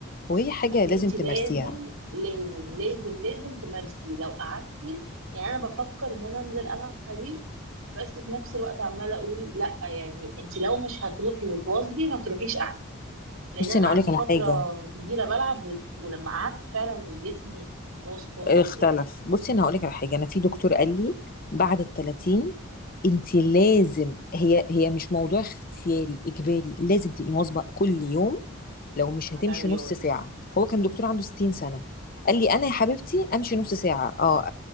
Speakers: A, on the left (about 40°); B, on the right (about 80°).
A: وهي حاجة
B: ان
A: لازم
B: انت
A: تمارسيها
B: لازم لازم لازم لازم تمارسي لو قعدتي يعني انا بفكر ان انا انزل العب حديد بس في نفس الوقت عماله اقول لا يعني انت لو مش هتروحي وتواظبي ما تروحيش احسن لان
A: بصي
B: انا
A: أنا
B: قعدت
A: أقولك على
B: فتره
A: حاجة
B: كبيره بلعب و... ولما قعدت فعلا جسمي باظ خالص
A: اختلف
B: يعني
A: بصي أنا هقولك على حاجة أنا في دكتور قال لي بعد التلاتين انت لازم هي هي مش موضوع اختياري اجباري لازم تبقي مواظبه كل يوم لو مش
B: على
A: هتمشي
B: الرياضه
A: نص ساعه هو كان دكتور عنده 60 سنه قال لي انا يا حبيبتي امشي نص ساعه اه آه،